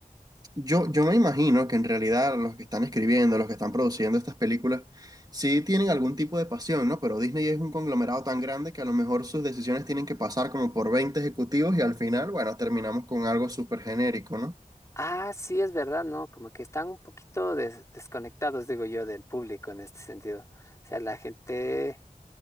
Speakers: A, on the right; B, on the left.
A: yo, yo me imagino que en realidad los que están escribiendo, los que están produciendo estas películas, sí tienen algún tipo de pasión, ¿no? Pero Disney es un conglomerado tan grande que a lo mejor sus decisiones tienen que pasar como por 20 ejecutivos y al final, bueno, terminamos con algo súper genérico, ¿no?
B: Ah, sí, es verdad, ¿no? Como que están un poquito des- desconectados, digo yo, del público en este sentido. O sea, la gente